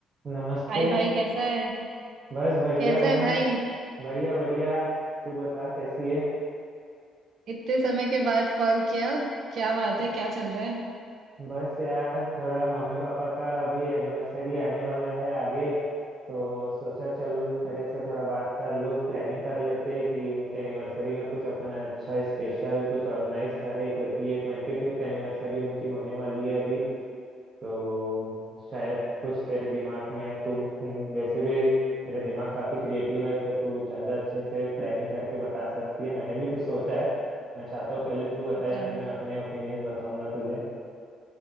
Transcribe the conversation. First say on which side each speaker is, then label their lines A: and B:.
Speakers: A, on the right; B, on the right.
A: नमस्ते
B: हाय भाई कैसा है
A: बस बढ़िया
B: कैसा
A: बहन
B: है भाई
A: बढ़िया बढ़िया तू बता कैसी है
B: इतने समय के बाद कॉल किया क्या बात
A: आ,
B: है क्या चल रहा है
A: बस यार थोड़ा मम्मी पापा का अभी एनिवर्सरी आने वाला है आगे तो सोचा चल तेरे से थोड़ा बात कर लूँ प्लानिंग कर लेते हैं कि उनके एनिवर्सरी में कुछ अपन अच्छा स्पेशल कुछ ऑर्गेनाइज करें क्योंकि ये ट्वेंटी फिफ्थ एनिवर्सरी उनकी होने वाली है अभी तो शायद कुछ तेरे दिमाग में है तू हम्म, वैसे भी तेरा दिमाग काफी क्रिएटिव है तो तू ज्यादा अच्छे से प्लानिंग करके बता सकती है मैंने भी कुछ सोचा है मैं चाहता हूँ पहले तू बताए
B: अच्छा
A: फिर मैं अपने ओपिनियंस बताऊंगा तुझे